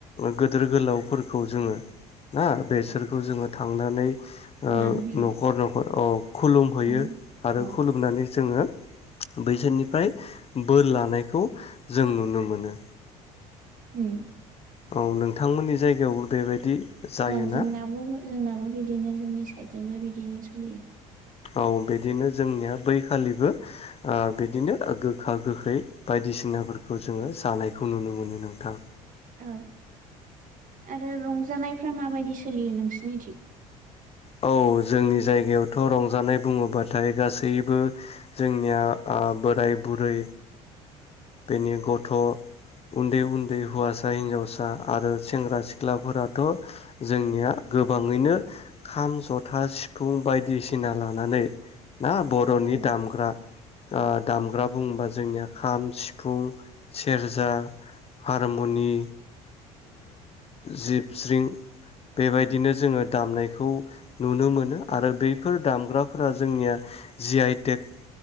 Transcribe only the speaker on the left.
गोदोर गोलावफोरखौ जोङो ना बेसोरखौ जोङो थांनानै ओ
न'खर -न'खर औ खुलुमहैयो
आरो
खुलुमनानै जोङो बैसोरनिफ्राय बोर लानायखौ जों नुनो मोनो
औ नोंथांमोननि जायगायावबो बेबायदि जायोना
औ बिदिनो जोंनिया बैखालिबो बिदिनो गोखा- गोखै बायदिसिनाफोरखौ जोङो जानायखौ नुनो मोनो नोंथां
औ जोंनि जायगायावथ' रंजानाय बुङोबाथाय गासैबो जोंनिया ओ बोराय बुरै बेनि गथ' उन्दै -उन्दै हौवासा- हिनजावसा आरो सेंग्रा- सिख्लाफोराथ' जोंनिया गोबाङैनो खाम, जथा, सिफुं बायदिसिना लानानै ना बर'नि
दामग्रा दामग्रा
बुङोबा जोंनिया खाम सि फुं सेरजा हारमुनि जिबस्रिं बेबायदिनो
जोङो दामनायखौ नुनो मोनो आरो बैफोर दामग्राफोरा जोंनिया जि आइटेक